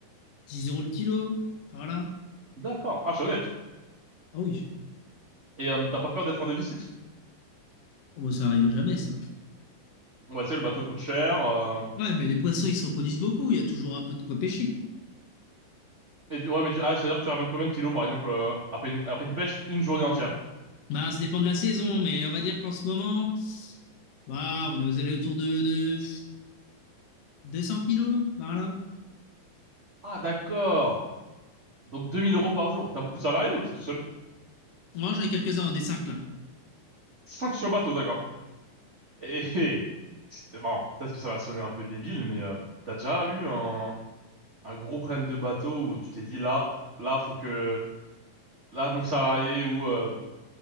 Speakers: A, on the left; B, on the right.
A: 10 euros le kilo, par là.
B: D'accord. Ah, c'est honnête.
A: Ah oui.
B: Et euh, t'as pas peur d'être en déficit?
A: Oh, bah, ça arrive jamais, ça.
B: Ouais, tu sais, le bateau coûte cher. euh,
A: Ouais, mais les poissons, ils se reproduisent beaucoup. Il y a toujours un peu de quoi pêcher.
B: Et, tu- ouais, mais tu... Ah, c'est-à-dire que tu ramènes combien de kilos, par exemple, euh, après une, après une pêche, une journée entière?
A: Bah, ça dépend de la saison, mais on va dire qu'en ce moment, bah, on est aux alentours de, de 200 kilos par là.
B: Ah, d'accord. Donc 2000 euros par jour. T'as beaucoup de salariés ou t'es tout seul?
A: Moi, j'en ai quelques-uns, on est cinq là.
B: cinq sur le bateau, d'accord. Et <laughs> bon, peut-être que ça va sonner un peu débile, mais euh, t'as déjà eu un, un gros problème de bateau où tu t'es dit là, là, faut que là mon salarié ou euh,